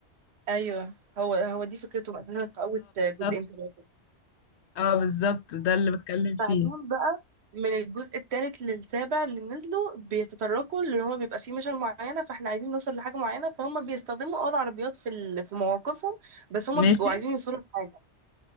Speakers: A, on the right; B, on the left.
A: ايوه هو هو دي فكرته مثلا في اول جزئين
B: طب
A: ثلاثه
B: اه بالظبط ده اللي بتكلم فيه
A: بعدين بقى من الجزء الثالث للسابع اللي نزلوا بيتطرقوا اللي هو بيبقى فيه مشن معينه فاحنا عايزين نوصل لحاجه معينه فهم بيستخدموا اه العربيات في ال... في مواقفهم بس هم
B: ماشي
A: بيبقوا عايزين يوصلوا لحاجه